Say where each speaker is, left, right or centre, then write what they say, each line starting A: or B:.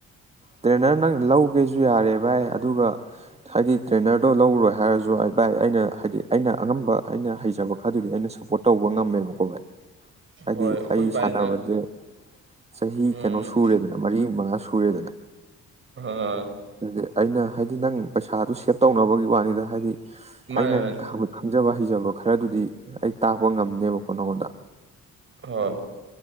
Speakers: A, on the right; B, on the right.
A: ꯇ꯭ꯔꯦꯅꯔ ꯅꯪ ꯂꯧ ꯀꯩꯁꯨ ꯌꯥꯔꯦ ꯚꯥꯏ ꯑꯗꯨꯒ ꯍꯥꯏꯗꯤ ꯇ꯭ꯔꯦꯅꯔꯗꯣ ꯂꯧꯔꯣꯏ ꯍꯥꯏꯔꯁꯨ ꯕꯥꯏ ꯑꯩꯅ ꯍꯥꯏꯗꯤ ꯑꯩꯅ ꯑꯉꯝꯕ ꯑꯩꯅ ꯍꯩꯖꯕ ꯈꯔꯗꯨꯗꯤ ꯑꯩꯅ ꯁꯞꯄꯣꯔꯠ ꯇꯧꯕ ꯉꯝꯃꯦꯕꯀꯣ ꯚꯥꯏ ꯍꯥꯏꯗꯤ
B: ꯍꯣꯏ ꯑꯩꯈꯣꯏ
A: ꯑꯩ
B: ꯚꯥꯏꯅ
A: ꯁꯥꯟꯅꯕꯁꯦ ꯆꯍꯤ
B: ꯎꯝ
A: ꯀꯩꯅꯣ ꯁꯨꯔꯦꯗꯅ ꯃꯔꯤ ꯃꯉꯥ ꯁꯨꯔꯦꯗꯅ
B: ꯍꯣꯏ
A: ꯍꯥꯏꯗꯤ ꯑꯩꯅ ꯍꯥꯏꯗꯤ ꯅꯪ ꯄꯩꯁꯥꯗꯨ ꯁꯦ ꯇꯧꯅꯕꯒꯤ ꯋꯥꯅꯤꯗ ꯍꯥꯏꯗꯤ
B: ꯃꯥꯅꯦ
A: ꯑꯩꯅ
B: ꯃꯥꯅꯦ
A: ꯍꯩꯖꯕ ꯍꯩꯖꯕ ꯈꯔꯗꯨꯗꯤ ꯑꯩ ꯇꯥꯛꯄ ꯉꯝꯅꯦꯕꯀꯣ ꯅꯪꯉꯣꯟꯗ
B: ꯍꯣꯏ